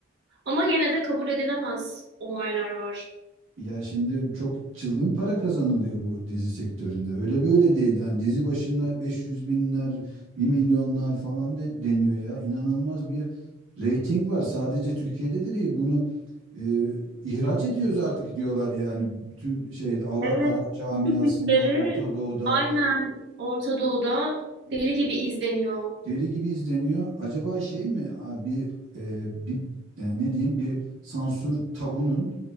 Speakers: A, on the right (about 55°); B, on the right (about 75°).
A: Ama gene de kabul edilemez olaylar var.
B: Ya şimdi çok çılgın para kazanılıyor bu dizi sektöründe. Öyle böyle değil. Yani dizi başına 500 binler, bir milyonlar falan de- deniyor ya. İnanılmaz bir reyting var. Sadece Türkiye'de de değil. Bunu e, ihraç ediyoruz artık diyorlar yani. Bütün şey Avra-
A: Evet,
B: Arap camiasında,
A: Türk dizileri
B: Orta Doğu'da
A: aynen Orta Doğu'da deli gibi izleniyor.
B: deli gibi izleniyor. Acaba şey mi a, bir e, bir e, ne diyeyim bir sansür tabunun